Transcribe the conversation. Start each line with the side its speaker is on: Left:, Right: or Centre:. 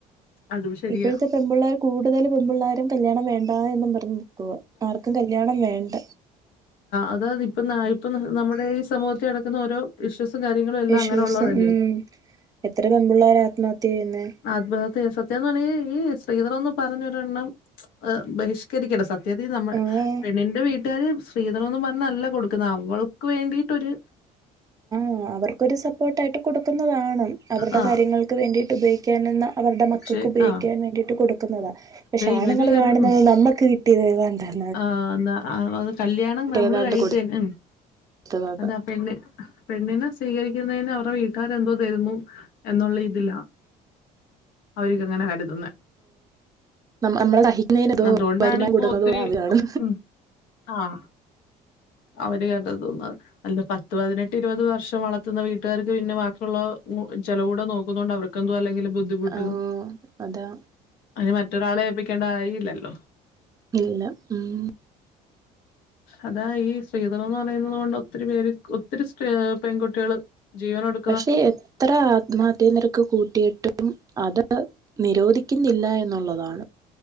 Left: അതും ശരിയാ
Right: ഇപ്പോഴത്തെ പെമ്പിള്ളേർ കൂടുതൽ പെമ്പിള്ളേരും കല്യാണം വേണ്ട എന്നും പറഞ്ഞു ആർക്കും കല്യാണം വേണ്ട
Left: അത ഇപ്പൊ ഇപ്പൊ നമ്മുടെ ഈ സമൂഹത്തിൽ നടക്കുന്ന ഓരോ ഇഷ്യൂസും കാര്യങ്ങളും എല്ലാം
Right: ഇഷ്യൂസ്
Left: അങ്ങനെയു ള്ളത് അല്യേ
Right: ഉം എത്ര പെമ്പുള്ളാരാ ആത്മഹത്യ ചെയ്യുന്നേ
Left: ആത്മഹത്യ സത്യം പറഞ ഈ സ്ത്രീധനം പറഞ്ഞൊരെണ്ണം ബഹിഷ് രിക്കണം സത്യതിൽ നമ്മ
Right: ആഹ്
Left: പെണ്ണിന്റെ വീട്ടിൽ വീട്ടാര് സ്ത്രീധനൊന്നും പറഞ്ഞല്ല കൊടുക്കുന്ന അവൾക്ക് വേണ്ടിയിട്ടൊരു
Right: ആഹ് അവർക്കൊരു സപ്പോർട്ടായിട്ട് കൊടുക്കുന്നതാണ് അവരുടെ
Left: ആ
Right: കാര്യങ്ങൾക്ക് വേണ്ടിയിട്ട് ഉപയോഗിക്കാനെന്ന അവരുടെ മക്കൾക്ക്
Left: പക്ഷെ
Right: ഉപയോഗിക്കാൻ
Left: ആ
Right: വേണ്ടിട്ട് കൊടുക്കുന്നതാ പക്ഷെ ആണുങ്ങൾ
Left: ഇവര് അത്
Right: കാണുന്നത്
Left: ഉം
Right: നമ്മുക്ക് കിട്ടിയത്ത് എന്താണ്ട
Left: ആഹ് ന്താ അത് കല്യാണം നമ്മള്
Right: ഏതാണ്ട്
Left: കഴിചെന്നെ
Right: കൊടുത്തതാന്ന്
Left: അതാ പെണ്ണ് പെണ്ണിനെ സ്വീകരിക്കുന്നതിന് അവരുടെ വീട്ടാര് എന്തോ തരുന്നു എന്നുള്ള ഇതിലാ അവർരോക്കെ അങ്ങനെ കരുതുന്നെ
Right: ന നമ്മളട അർഹിക്കുന്നതിന്തോ
Left: അതുകൊണ്ടാണ്
Right: വരുമാനം
Left: ഇപ്പൊ
Right: കൂട്ടുന്നതോ
Left: ഒത്തിരി
Right: അവരാണ്
Left: ഉം ആഹ് അവര് കണ്ടത് തോന്ന അല്ല പത്ത് പതിനെട്ട് ഇരുപത് വർഷം വളർത്തുന്ന വീട്ടുകാർക്ക് പിന്നെ ബാക്കിയുള്ള ചിലവൂടെ നോക്കുന്ന കൊണ്ട് അവർക്ക് എന്ത അല്ലെങ്കിൽ ബുദ്ധിമുട്ട്
Right: ആഹ് അതാ
Left: അയിന് മറ്റൊരാളെ ഏൽപ്പിക്കേണ്ട കാര്യം ഇല്ലല്ലോ
Right: ഇല്ല ഉം
Left: അതാ ഈ സ്ത്രീധനം എന്ന് പറയുന്നത് കൊണ്ട് ഒത്തിരി പേര് ഒത്തിരി സ്ത്രീ പെൺകുട്ടികള് ജീവനെടു
Right: പക്ഷെ എത്ര ആത്മഹത്യന്ന് കൂട്ട്യിട്ടും അത് നിരോധിക്കുന്നില്ല എന്നൊള്ളതാണ്